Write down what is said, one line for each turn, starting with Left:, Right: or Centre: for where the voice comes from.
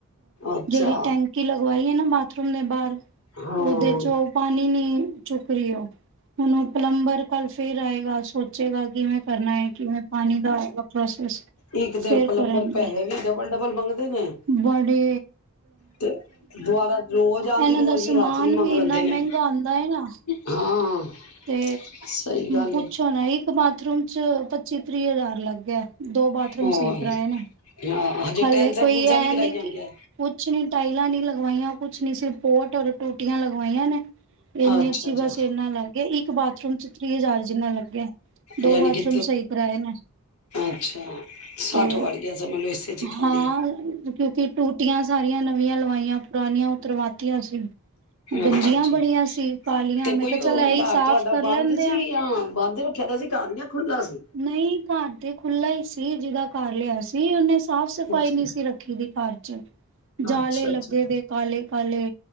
Left: ਅੱਛਾ
Right: ਜਿਹੜੀ ਟੈਂਕੀ ਲਗਵਾਈ ਹੈ ਨਾ ਬਾਥਰੂਮ ਦੇ ਬਾਹਰ
Left: ਹਾਂ
Right: ਉਹਦੇ ਚ ਉਹ ਪਾਣੀ ਨੀ ਚੁੱਕ ਰਹੀ ਉਹ ਪਲੰਬਰ ਕੱਲ ਫੇਰ ਆਏਗਾ। ਸੋਚੇਗਾ ਕਿਵੇੈਂ ਕਰਨਾ ਹੈ ਕਿਵੇਂ ਪਾਣੀ ਦਾ ਪ੍ਰੋਸਸ
Left: ਇੱਕ ਤੇ
Right: ਫਿਰ
Left: ਪਲੰਬਰ
Right: ਕਰਨਗੇ।
Left: ਪੈਸੇ ਵੀ ਡਬਲ ਡਬਲ ਮੰਗਦੇ ਨੇ
Right: ਬੜੀ
Left: ਤੇ ਦੁਬਾਰਾ ਰੋਜ਼ ਆਨਦੀ
Right: ਇਹਨਾਂ
Left: ਰੋਜ਼
Right: ਦਾ
Left: ਦੀ
Right: ਸਮਾਨ
Left: ਹਾਜ਼ਰੀ ਮੰਗ
Right: ਵੀ
Left: ਲੈਂਦੇ
Right: ਇੰਨਾ
Left: ਨੇ
Right: ਮਹਿੰਗਾ ਆਉਂਦਾ ਹੈ ਨਾ
Left: ਹਾਂ।
Right: ਤੇ
Left: ਸਹੀ ਗੱਲ
Right: ਪੁੱਛੋ
Left: ਹੈ
Right: ਨਾ ਇੱਕ ਬਾਥਰੂਮ ਚ ਪੱਚੀ ਤੀਹ ਹਜ਼ਾਰ ਲੱਗ ਗਿਆ ਹੇ। ਦੋ ਬਾਥਰੂਮ
Left: ਹੋਰ
Right: ਸਹੀ ਕਰਾਏ ਨੇ।
Left: ਹਾਂ ਹਜੇ
Right: ਹਲੇ
Left: ਟੈਲਸਾਂ
Right: ਕੋਈ
Left: ਟੂਲਸਾਂ
Right: ਇਹ
Left: ਕਰਾਈਆਂ
Right: ਨੀ ਕਿ
Left: ਹੋਣਗੀਆਂ
Right: ਕੁਛ ਨੀ ਟਾਈਲਾਂ ਨੀ ਲਗਵਾਈਆਂ। ਕੁਛ ਨੀ ਸਿਰਫ ਪੋਰਟ ਹੋਰ ਟੂਟੀਆਂ ਲਗਵਾਈਆਂ ਨੇ। ਇੰਨੇ
Left: ਅੱਛਾ
Right: ਚ ਹੀ
Left: ਅੱਛਾ
Right: ਬਸ ਇਨਾ ਲੱਗ ਗਿਆ ਇੱਕ ਬਾਥਰੂਮ ਚ ਤੀਹ ਹਜ਼ਾਰ ਜਿੰਨਾ ਲੱਗ ਗਿਆ, ਦੋ
Left: ਯਾਨੀ
Right: ਬਾਥਰੂਮ
Left: ਕਿ
Right: ਸਹੀ ਕਰਾਏ ਨੇ।
Left: ਅੱਛਾ ਸੱਠ
Right: ਤੇ
Left: ਵੜ ਗਿਆ ਸਮਝ ਲਓ ਇਸੇ ਚ ਹੀ ਖਾਲੀ
Right: ਹਾਂ ਕਿਉਂਕਿ ਟੂਟੀਆਂ ਸਾਰੀਆਂ ਨਵੀਆਂ ਲਵਾਈਆਂ ਪੁਰਾਣੀਆਂ ਉਤਰਵਾਤੀਆਂ ਸੀ। ਗੰਦੀਆਂ
Left: ਅੱਛਾ ਅੱਛਾ
Right: ਬੜੀਆਂ ਸੀ ਕਾਲੀਆਂ
Left: ਤੇ
Right: ਮੈਂ
Left: ਕੋਈ
Right: ਕਿਹਾ ਚੱਲ
Left: ਉਹ
Right: ਇਹੀ
Left: ਘਰ
Right: ਸਾਫ਼
Left: ਤੁਹਾਡਾ
Right: ਕਰ ਲੈਂਦੇ
Left: ਬੰਦ ਸੀ
Right: ਆ,
Left: ਜਾਂ ਬੰਦ ਰੱਖਿਆ ਦਾ ਸੀ ਘਰ ਜਾਂ ਖੁੱਲਾ ਸੀ
Right: ਨਹੀਂ ਘਰ ਤੇ ਖੁੱਲਾ ਹੀ ਸੀ ਜਿਹਦਾ ਘਰ ਲਿਆ ਸੀ ਉਹਨੇ ਸਾਫ਼ ਸਫ਼ਾਈ
Left: ਅੱਛਾ
Right: ਨਹੀਂ ਸੀ ਰੱਖੀ ਦੀ ਘਰ ਚ ਜਾਲੇ
Left: ਅੱਛਾ
Right: ਲੱਗੇ
Left: ਅੱਛਾ
Right: ਦੇ ਕਾਲੇ ਕਾਲੇ